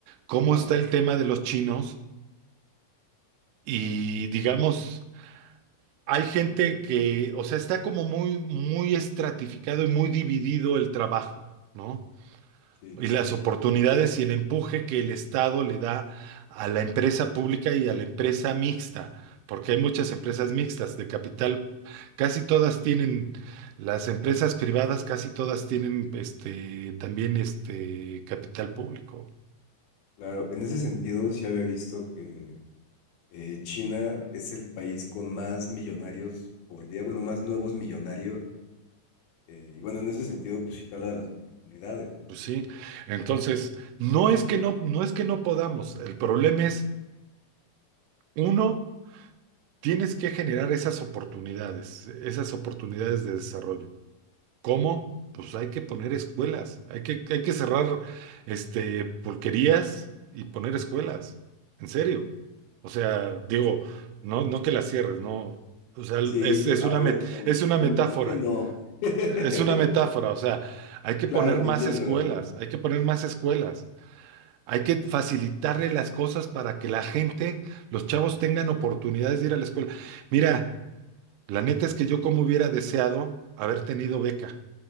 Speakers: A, on the right; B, on the left.
A: cómo
B: Ajá,
A: está el tema de los chinos y digamos, hay gente que, o sea, está como muy, muy estratificado y muy dividido el trabajo, ¿no?
B: sí,
A: y
B: sí,
A: las
B: sí.
A: oportunidades
B: sí.
A: y el empuje que el Estado le da a la empresa pública y a la empresa mixta, porque hay muchas empresas mixtas de capital, casi todas tienen, las empresas privadas casi todas tienen este también este capital público.
B: Claro, en ese sentido sí había visto que Eh, China es el país con más millonarios por día, bueno, más nuevos millonarios. Eh, y bueno, en ese sentido, pues sí te habla de las oportunidades, ¿no,
A: Pues
B: güey?
A: sí. Entonces, no es que no, no es que no podamos, el problema es, uno, tienes que generar esas oportunidades, esas oportunidades de desarrollo. ¿Cómo? Pues hay que poner escuelas, hay que, hay que cerrar este, pulquerías y poner escuelas, en serio. O sea, digo, no, no que las cierres, no. O sea,
B: Sí,
A: es,
B: yo,
A: es
B: a
A: una
B: ver,
A: met-
B: con,
A: es una
B: con
A: metáfora,
B: mi pulque no. <laughs>
A: es una metáfora, o sea, hay que
B: Claro,
A: poner
B: te
A: más
B: entiendo,
A: escuelas,
B: hermano.
A: hay que poner más escuelas, hay que facilitarle las cosas para que la gente, los chavos tengan oportunidades de ir a la escuela. Mira, la neta es que yo como hubiera deseado haber tenido beca